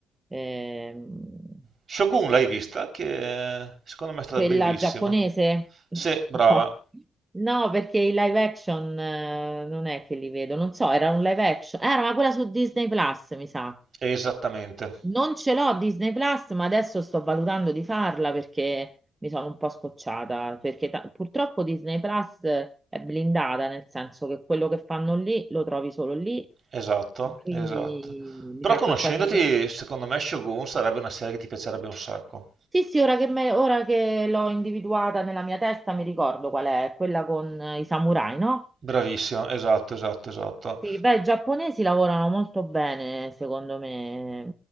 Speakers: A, on the right; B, on the right.
A: ehm,
B: Shogun l'hai vista? Che eh, secondo me è stata
A: Quella
B: bellissima.
A: giapponese?
B: Sì,
A: <laughs>
B: brava,
A: No. No, perché i live action eh, non è che li vedo, non so, era un live action, Eh, era ma quella su Disney Plus, mi sa.
B: esattamente,
A: Non ce l'ho Disney Plus, ma adesso sto valutando di farla perché mi sono un po' scocciata, perché ta- purtroppo Disney Plus è blindata, nel senso che quello che fanno lì lo trovi solo lì
B: esatto,
A: e quindi
B: esatto. Però
A: mi sa
B: conoscendoti,
A: che quasi
B: secondo me Shogun sarebbe una serie che ti piacerebbe un sacco.
A: Sì, sì, ora che, me- ora che l'ho individuata nella mia testa mi ricordo qual è, quella con eh, i samurai, no?
B: Bravissima, esatto, esatto, esatto.
A: Sì, beh, i giapponesi lavorano molto bene, secondo me.